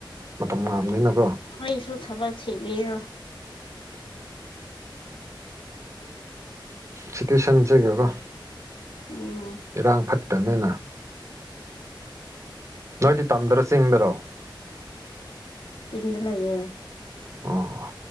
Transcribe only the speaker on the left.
ꯑꯩꯣꯏꯁꯨ ꯈꯕꯔ ꯊꯤꯕꯤꯔꯣ
ꯎꯝ
ꯆꯗ ꯂꯩꯑꯌꯦꯦ